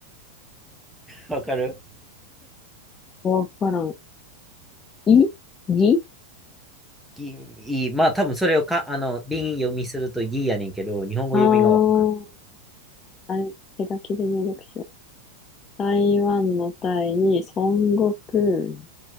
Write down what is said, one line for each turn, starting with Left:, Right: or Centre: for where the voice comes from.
Centre: わかる
Left: わからん。いぎ
Centre: ぎいい。まあ、多分それをか、あの、輪読みするといいやねんけど、日本語読みがわからん。
Left: ああー、あれ、手書きで入力しよう。台湾のタイに孫悟空の。